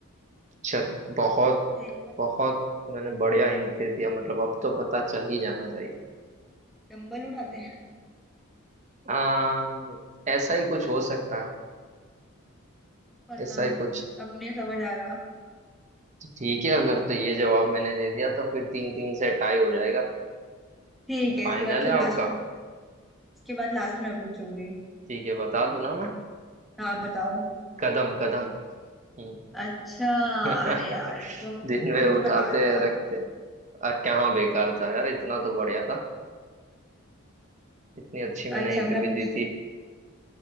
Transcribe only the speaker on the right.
चलो बहुत
बहुत
मैंने
बढ़िया हिंट दे दिया मतलब अब तो पता चल ही जाना चाहिए
आ, ऐसा ही कुछ हो सकता है
ऐसा ही
कुछ
तो ठीक है अगर तो ये जवाब मैंने दे दिया तो फिर तीन तीन से टाई हो जाएगा
तो
फाइनल
है आपका
ठीक है बता दूं ना मैं
कदम कदम हम्म।
<laughs>
दिन में
उठाते
हैं रखते हैं आ, क्या बेकार था यार इतना तो बढ़िया था इतनी अच्छी मैंने
हिंट
भी
दी थी